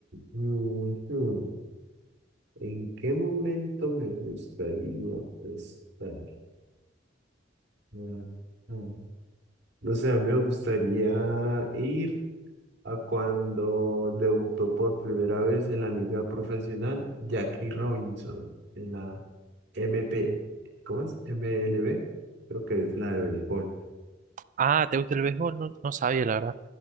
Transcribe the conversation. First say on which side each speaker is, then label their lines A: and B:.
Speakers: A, on the right; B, on the right.
A: ujú. ¿En qué momento me gustaría estar? Ah, ah. No sé, a mí me gustaría ir a cuando debutó por primera vez en la liga profesional Jackie Robinson en la MB, ¿cómo es? MLB, creo que es la de béisbol.
B: Ah, ¿te gusta el béisbol? No, no sabía, la verdad.